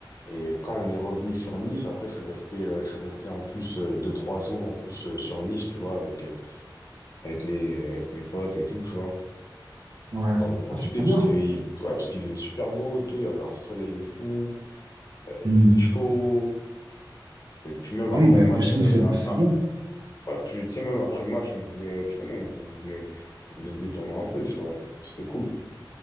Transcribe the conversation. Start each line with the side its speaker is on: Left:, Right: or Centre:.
Left: Et quand on est revenu sur Nice, après, je suis resté, euh, je suis resté en plus euh, deux, trois jours en plus euh, sur Nice, tu vois, avec, euh, avec les, avec mes potes et tout, tu vois.
Right: ouais.
Left: Histoire de profiter,
Right: Ah, c'est trop
Left: parce
Right: bien.
Left: que il, ouais, parce qu'il faisait super beau et tout, il y avait un soleil de fou, euh, il
Right: Mm.
Left: faisait chaud. Et puis même
Right: Ah
Left: après
Right: oui, ben,
Left: le match,
Right: en plus,
Left: euh,
Right: Nice, c'est
Left: ah,
Right: c'est
Left: ah,
Right: bien.
Left: ouais, puis tu sais, même après le match, on voulait, tu connais, on vou- voulait, on voulait se détendre un peu, tu vois. C'était cool.